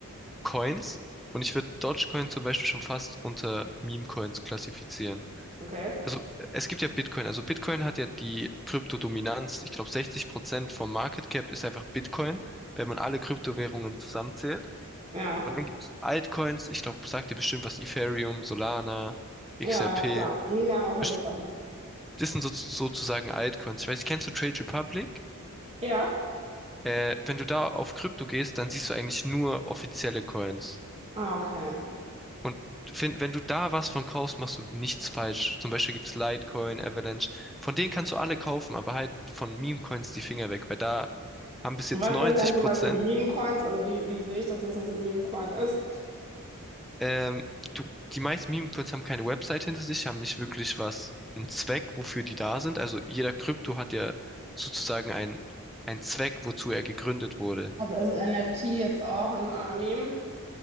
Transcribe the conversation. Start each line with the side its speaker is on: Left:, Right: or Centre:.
Centre: Coins und ich würde Dogecoin zum Beispiel schon fast unter Meme-Coins klassifizieren.
Right: Okay.
Centre: Also es gibt ja Bitcoin. Also Bitcoin hat ja die Kryptodominanz. Ich glaube, 60% vom Market Cap ist einfach Bitcoin, wenn man alle Kryptowährungen zusammenzählt.
Right: Ja,
Centre: Und dann gibt's Altcoins. Ich glaube, sagt ihr bestimmt was, Ethereum, Solana, XRP.
Right: ja, ja, klar. Hm, Ja, auf jeden
Centre: Best-
Right: Fall.
Centre: Das sind so, sozusagen Altcoins. Ich weiß, kennst du Trade Republic?
Right: Ja?
Centre: Äh, wenn du da auf Krypto gehst, dann siehst du eigentlich nur offizielle Coins.
Right: Ah, okay.
Centre: Und wenn, wenn du da was von kaufst, machst du nichts falsch. Zum Beispiel gibt's Litecoin, Avalanche. Von denen kannst du alle kaufen, aber halt von Meme-Coins die Finger weg, weil da haben bis jetzt
Right: Und was
Centre: 90
Right: sind dann zum
Centre: Prozent,
Right: Beispiel Meme-Coins? Also wie, wie sehe ich das, dass das ein Meme-Coin ist?
Centre: ähm, du, die meisten Meme-Coins haben keine Website hinter sich, haben nicht wirklich was, einen Zweck, wofür die da sind. Also jeder Krypto hat ja sozusagen einen, einen Zweck, wozu er gegründet wurde.
Right: Also ist NFT jetzt auch ein äh, Meme?